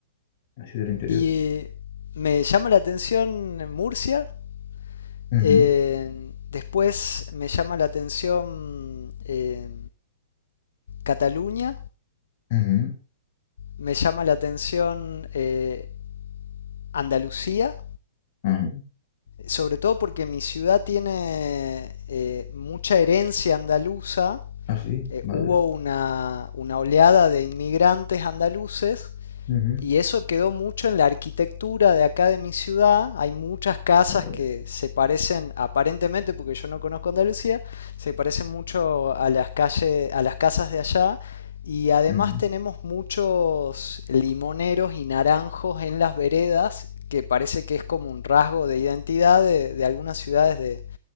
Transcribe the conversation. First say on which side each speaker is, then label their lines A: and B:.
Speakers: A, on the left (about 50°); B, on the left (about 75°).
A: así del interior?
B: Y me llama la atención Murcia,
A: Ujú,
B: Eh, después me llama la atención eh, Cataluña,
A: ujú,
B: me llama la atención eh, Andalucía,
A: ajá.
B: sobre todo porque mi ciudad tiene eh, mucha herencia andaluza.
A: Ah, sí,
B: Eh,
A: vaya.
B: hubo una, una oleada de inmigrantes andaluces
A: Ujú,
B: Y eso quedó mucho en la arquitectura de acá de mi ciudad. Hay muchas casas
A: vaya.
B: que se parecen, aparentemente, porque yo no conozco Andalucía, se parecen mucho a las calles, a las casas de allá. Y además
A: ujú.
B: tenemos muchos limoneros y naranjos en las veredas, que parece que es como un rasgo de identidad de, de algunas ciudades de-